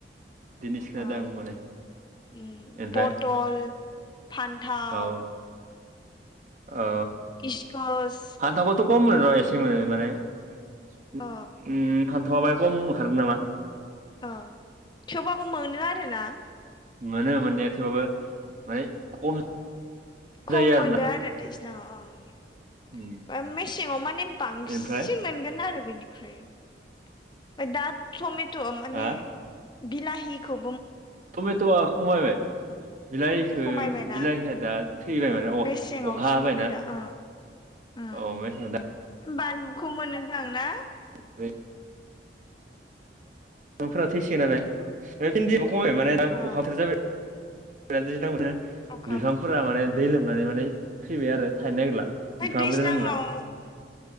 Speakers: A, on the right; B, on the left.
A: दिनै सो खोनादों
B: औ
A: माने
B: उम
A: ओमफ्राय
B: पटल फान्थाव
A: औ ओ
B: इसकस
A: फान्थावखौथ' खम मोनो र एसे मोनो माने उम
B: औ
A: फानथावा बाहाय खम ओंखारो नामा
B: ओ थेवबाबो मोनो आरो ना
A: मोनो मोननाया थेवबाबो माने खम जायो
B: खम
A: आरोना
B: मोनो आरो दैज्लांआव
A: उम
B: ओं मेसेङाव माने बांसिन
A: ओमफ्राय
B: मोनगोन आरो बेनि ओमफ्राय दा टमेट' माने
A: हा
B: बिलाहिखौ
A: टमेट'आ खमायबाय बिलाहिखो
B: खमायबायना
A: बिलाहिया दा थैबाय माने अ
B: मेसेङावसो
A: अखा हाबायनाा
B: मोनो दा ओं ओं
A: अम दा
B: बानलुखौ मोननो थांङोना
A: <unintelligible> खमाय माने दा
B: औ
A: अखा बोथोर जाबाय माने
B: अखा
A: बिफांफोरा
B: बोथोर
A: माने दै लोमनानै माने थैबाय आरो थाइनो नागिरला बिफाङाबो
B: बे दैज्लांआव
A: नांला